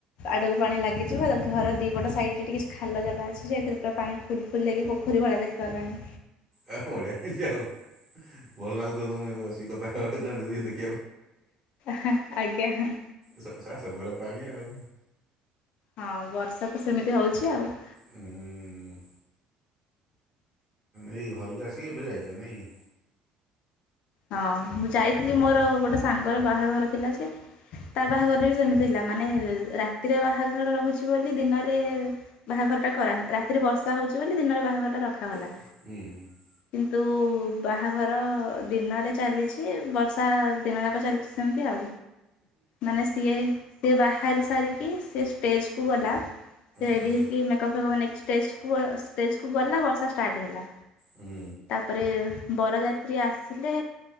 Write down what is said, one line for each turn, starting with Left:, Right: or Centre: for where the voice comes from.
Left: ଆଡକୁ ପାଣି ଲାଗିଯିବ, ତ ଘର ଦି ପଟ ସାଇଟଟା ଟିକେ ଖାଲ ଜାଗା ଅଛି ଯେ, ଏଥିରେ ପୁରା ପାଣି ଫୁଲ ଫୁଲ ହେଇକି ପୋଖରୀ ଭଳିଆ ଦେଖାଗଲାଣି।
Right: ଆ ବଢିଆ ହେଇଛି ଆଉ, ଭଲ ଲାଗୁଥବ ତମକୁ ଏମତି ବସିକି କଥାବାର୍ତ୍ତା ହେଇ ଦେଖି
Left: ହ ଆଜ୍ଞା ହଁ।
Right: ସ ସାଡେ ସବୁବେଳେ ପାଣି ଆଉ।
Left: ହଁ ବର୍ଷା ତ ସେମିତି ହଉଛି ଆଉ।
Right: ହୁଁ ଏଇ ଘରୁକୁ ଆସିକି ଏବେ ଯାଇଚ ନାଇଁ କି?
Left: ହଁ ମୁଁ ଯାଇଥିଲି ମୋର ଗୋଟେ ସାଙ୍ଗର ବାହାଘର ଥିଲା ଯେ ତା ବାହାଘର ବି ସେମିତି ଥିଲା। ମାନେ ରାତିରେ ବାହାଘର ରହୁଛି ବୋଲି ଦିନରେ ବାହାଘରଟା କରା ରାତିରେ ବର୍ଷା ହଉଛି ବୋଲି ଦିନରେ ବାହାଘରଟା ରଖାଗଲା।
Right: ହୁଁ।
Left: କିନ୍ତୁ ବାହାଘର ଦିନରେ ଚାଲିଛି, ବର୍ଷା ଦିନ ଯାକ ଚାଲିଚି ସେମତି ଆଉ। ମାନେ ସିଏ, ସିଏ ବାହାରି ସାରିକି ସିଏ ଷ୍ଟେଜକୁ ଗଲା ସେ ରେଡି
Right: ହୁଁ
Left: ହେଇକି ମେକପ୍ ଫେକ୍ଅପ୍ ନେଇକି ଷ୍ଟେଜ୍ କୁ ଅ ଷ୍ଟେଜ୍ କୁ ଗଲା ବର୍ଷା ଷ୍ଟାର୍ଟ ହେଲା।
Right: ହୁଁ
Left: ତା ପରେ ବରଯାତ୍ରୀ ଆସ୍ ଥିଲେ